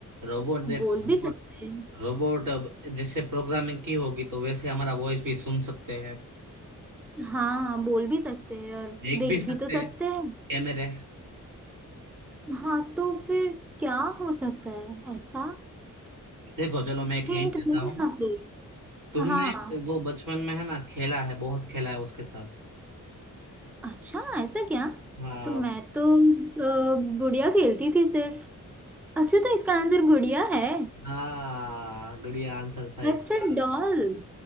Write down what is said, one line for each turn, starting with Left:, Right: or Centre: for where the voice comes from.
Right: रोबोट
Centre: बोल
Right: देखो रोबोट
Centre: भी सकते हैं
Right: रोबोट अब जैसे प्रोग्रामिंग की होगी तो वैसे हमारा वॉइस भी सुन सकते हैं
Centre: हाँ बोल भी सकते हैं और
Right: देख
Centre: देख
Right: भी सकते
Centre: भी तो सकते
Right: हैं
Centre: हैं
Right: कैमरे
Centre: हाँ तो फिर क्या हो सकता है ऐसा
Right: देखो चलो मैं एक
Centre: हिंट
Right: हिंट देता
Centre: दो
Right: हूँ
Centre: ना प्लीज
Right: तुमने
Centre: हाँ
Right: वो बचपन में है ना खेला है बहुत खेला है उसके साथ
Centre: अच्छा ऐसा क्या
Right: हाँ
Centre: तो मैं तो अ, गुड़िया खेलती थी सिर्फ अच्छा तो इसका आंसर गुड़िया है
Right: हाँ गुड़िया आंसर था इसका
Centre: अच्छा डॉल